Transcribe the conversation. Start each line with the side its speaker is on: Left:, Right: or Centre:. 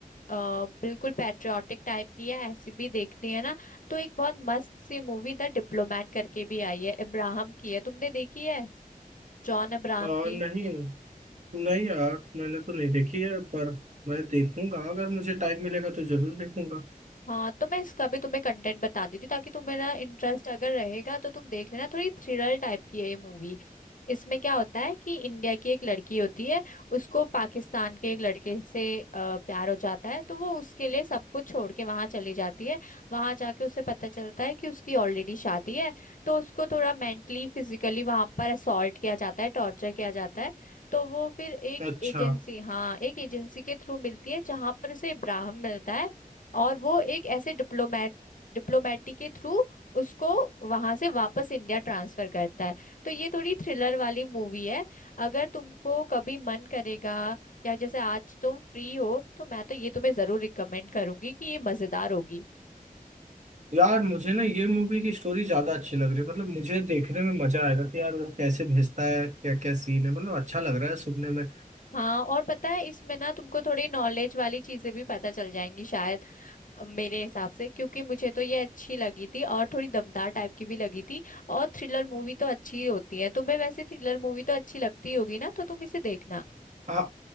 Left: अ, बिल्कुल पैट्रियाटिक टाइप की है ऐसी भी देखनी है ना तो एक बहुत मस्त सी मूवी द डिप्लोमेट करके भी आई है इब्राहम की है तुमने देखी है जॉन अब्राहम
Right: आ,
Left: की
Right: नहीं नहीं यार मैंने तो नहीं देखी है पर मैं देखूंगा अगर मुझे टाइम मिलेगा तो जरूर देखूंगा
Left: हाँ तो मैं इसका भी तुम्हें कंटेंट बता देती हूँ, ताकि तुम्हारा इंटरेस्ट अगर रहेगा तो तुम देख लेना थोड़ी थ्रिलर टाइप की है ये मूवी इसमें क्या होता है कि इंडिया की एक लड़की होती है उसको पाकिस्तान के एक लड़के से अ, प्यार हो जाता है तो वो उसके लिए सब कुछ छोड़ के वहां चली जाती है वहां जाके उसे पता चलता है कि उसकी ऑलरेडी शादी है तो उसको थोड़ा मेंटली फिजिकली वहां पर असॉल्ट किया जाता है टॉर्चर किया जाता है तो वो फिर एक
Right: अच्छा
Left: एजेंसी हाँ एक एजेंसी के थ्रू मिलती है जहां पर उसे इब्राहिम मिलता है और वो एक ऐसे डिप्लोमेट डिप्लोमेटिक के थ्रू उसको वहां से वापस इंडिया ट्रांसफर करता है तो ये थोड़ी थ्रिलर वाली मूवी है अगर तुमको कभी मन करेगा या जैसे आज तुम फ्री हो तो मैं तो ये तुम्हें जरूर रिकमेंड करूंगी कि ये मजेदार होगी
Right: यार मुझे ना ये मूवी की स्टोरी ज्यादा अच्छी लग रही है मतलब मुझे देखने में मजा आएगा कि यार वो कैसे भेजता है क्या क्या सीन है मतलब अच्छा लग रहा है सुनने में
Left: हाँ और पता है इसमें ना तुमको थोड़ी नॉलेज वाली चीजें भी पता चल जाएंगी शायद मेरे हिसाब से क्योंकि मुझे तो ये अच्छी लगी थी और थोड़ी दमदार टाइप की भी लगी थी और थ्रिलर मूवी तो अच्छी ही होती है तुम्हें वैसे थ्रिलर मूवी तो अच्छी लगती होगी ना तो तुम इसे देखना
Right: हाँ